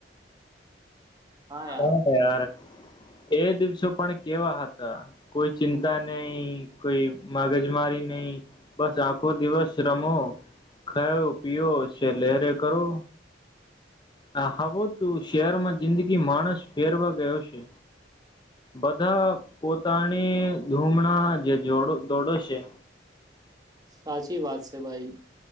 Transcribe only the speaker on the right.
હા યાર
સાચી વાત સે ભાઈ